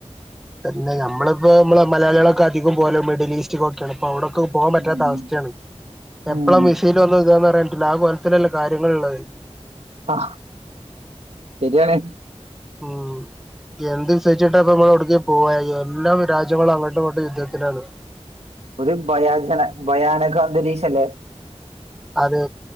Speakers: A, in the centre; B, on the right (about 65°).
A: പിന്നെ നമ്മളിപ്പോ നമ്മള് മലയാളികളൊക്കെ അധികം പോലോ മിഡിൽ ഈസ്റ്റൊക്കെയാണ് ഇപ്പൊ അവിടൊക്കെ പോകാൻ പറ്റാത്ത
B: ഉം
A: അവസ്ഥയാണ് എപ്പളാ
B: ഉം
A: മിസെല് വന്ന് ഇതാന്ന് പറയൻ പറ്റുല്ല ആഹ് കൊലത്തിലല്ലെ കാര്യങ്ങൾ ഉള്ളത്
B: ആഹ് ശരിയാണ്
A: ഉം എന്ത് വിശ്വസവച്ചിട്ട അപ്പ നമ്മൾവിടക്ക പോവാ എല്ലാം രാജ്യങ്ങളും അങ്ങോട്ടുംങ്ങട്ട് യുദ്ധത്തിലാണ് <inaudible>
B: ഒരു ഭയാചന ഭയാനക അന്തരീക്ഷം അല്ലേ
A: അതെ